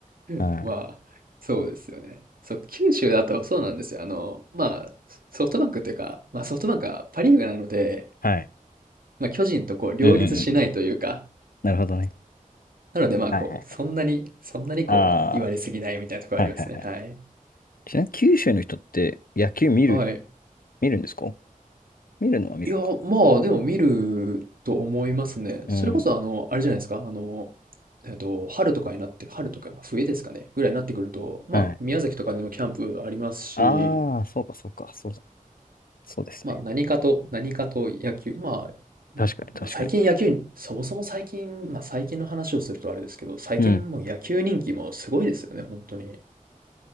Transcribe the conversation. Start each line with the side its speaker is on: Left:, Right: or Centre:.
Right: <laughs>
Left: た。はい。
Right: まあ、そうですよね。そう、九州だとそうなんですよ。あの、まあ、ソフトバンクっていうか、まあ、ソフトバンクはパ・リーグなので、
Left: はい。
Right: まあ、巨人とこう両立しないというか
Left: うんうんうんうん。なるほどね。
Right: なので、まあ、
Left: はいはい。
Right: こう、そんなに、そんなにこう、
Left: あ
Right: あの、言われすぎないみたいなところありますね。
Left: あ、はいはいはい。
Right: はい。
Left: ちなみに九州の人って野球見る、
Right: はい。
Left: 見るんですか見るのは見るのか。
Right: いや、まあ、でも見ると思いますね。
Left: うん。
Right: それこそ、あの、あれじゃないですか、あの、えっと、春とかになって、春とか、ま、冬ですかね、ぐらいになってくると、まあ、
Left: はい。
Right: 宮崎とかでもキャンプありますし、
Left: ああ、そうかそうか、そうだ。そうですね。
Right: まあ、何かと、何かと野球、まあ、
Left: 確かに確かに。
Right: まあ、最近野球そもそも最近、まあ、最近の話をするとあれですけど、最近もう野球人気もすごいですよね、
Left: うん。
Right: 本当に。